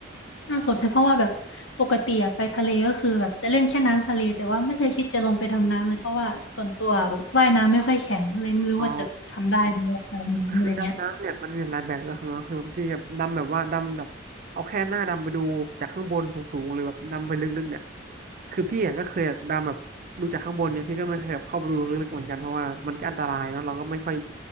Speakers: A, on the left (about 80°); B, on the right (about 45°).
A: น่าสนใจเพราะว่าแบบปกติอะไปทะเลก็คือแบบจะเล่นแค่น้ำทะเลแต่ว่าไม่เคยคิดจะลงไปดำน้ำเลยเพราะว่าส่วนตัวแบบว่ายน้ำไม่ค่อยแข็งเลยไม่รู้ว่าจะทำได้ไหมดำน้ำอะไรเงี้ย
B: อ๋อคือดำน้ำเนี่ยมันมีหลายแบบนะครับเนาะคือแบบที่แบบดำแบบว่าดำแบบเอาแค่หน้าดำไปดูจากข้างบนสูงๆหรือแบบดำไปลึกๆเนี่ยคือพี่อ่ะก็เคยดำแบบดูจากข้างบนเนี่ยพี่ก็ไม่เคยแบบเข้าไปดูลึกๆเหมือนกันเพราะว่ามันก็อันตรายเนาะเราก็ไม่ค่อย